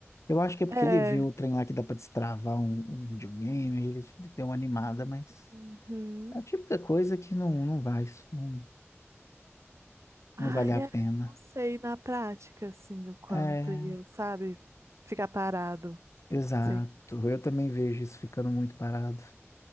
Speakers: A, on the left (about 80°); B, on the right (about 75°).
A: Eu acho que é porque
B: é.
A: ele viu o trem lá que dá pra destravar um, um videogame, aí ele deu uma animada, mas
B: Uhum.
A: é a típica coisa que não, não vai, isso não,
B: Ai,
A: não vale a
B: é,
A: pena.
B: eu não sei na prática, assim, o quanto
A: É,
B: ia, sabe, ficar parado.
A: exato.
B: Sei.
A: Eu também vejo isso ficando muito parado.